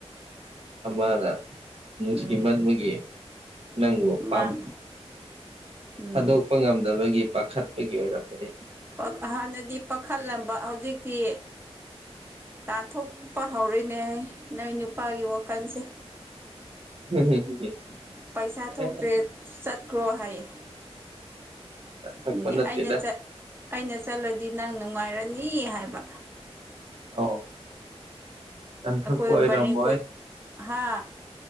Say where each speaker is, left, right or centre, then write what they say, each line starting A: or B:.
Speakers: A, on the right; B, on the right.
A: ꯑꯃꯅ ꯅꯨꯡꯁꯤꯃꯟꯕꯒꯤ
B: ꯎꯝ
A: ꯅꯪꯕꯨ
B: ꯃꯥꯅ
A: ꯄꯥꯝ
B: ꯎꯝ
A: ꯊꯥꯗꯣꯛꯄ ꯉꯝꯗꯕꯒꯤ ꯄꯥꯈꯠꯄꯒꯤ ꯑꯣꯏꯔꯝꯒꯅꯦ
B: ꯄꯛ ꯍꯥꯟꯅꯗꯤ ꯄꯥꯈꯠꯂꯝꯕ ꯍꯧꯖꯤꯛꯇꯤ ꯇꯥꯟꯊꯣꯛꯄ ꯍꯧꯔꯦꯅꯦꯍꯦ ꯅꯣꯏ ꯅꯨꯄꯥꯒꯤ ꯋꯥꯈꯟꯁꯦ
A: <unintelligible>
B: ꯄꯩꯁꯥ
A: ꯑꯦ
B: ꯊꯣꯛꯇ꯭ꯔꯦ ꯆꯠꯈ꯭ꯔꯣ ꯍꯥꯏꯌꯦ
A: ꯇꯥꯟꯊꯣꯛꯄ
B: ꯎꯝ
A: ꯅꯠꯇꯦꯗ
B: ꯑꯩꯅ ꯆꯠ ꯑꯩꯅ ꯆꯠꯂꯗꯤ ꯅꯪ ꯅꯨꯡꯉꯥꯏꯔꯅꯤ ꯍꯥꯏꯕ
A: ꯑꯣ ꯇꯥꯟꯊꯣꯛꯄ
B: ꯑꯩꯈꯣꯏ
A: ꯑꯣꯏꯔꯝꯃꯣꯏ
B: ꯃꯔꯤꯡꯈꯣꯏ ꯍꯥ